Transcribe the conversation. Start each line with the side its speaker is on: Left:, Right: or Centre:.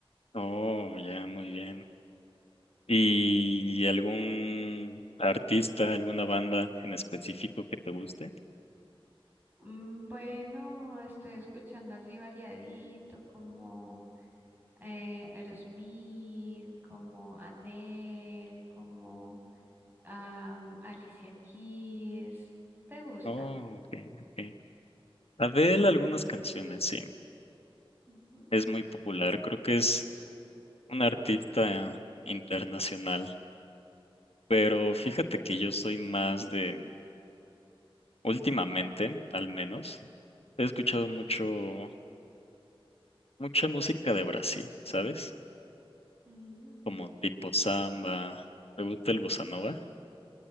Left: Oh, ya, muy bien. ¿Y algún artista, alguna banda en específico que te guste?
Right: Mm, Bueno, estoy escuchando así variadito, como eh, Aerosmith, como Adele, como am, Alicia Keys. ¿Te gusta?
Left: Oh, ok, ok. Adele, algunas canciones, sí,
Right: Ujú.
Left: es muy popular, creo que es un artista internacional, pero fíjate que yo soy más de, últimamente, al menos, he escuchado mucho, mucha música de Brasil, ¿sabes?
Right: Mm.
Left: como tipo samba. ¿Te gusta el bossa nova?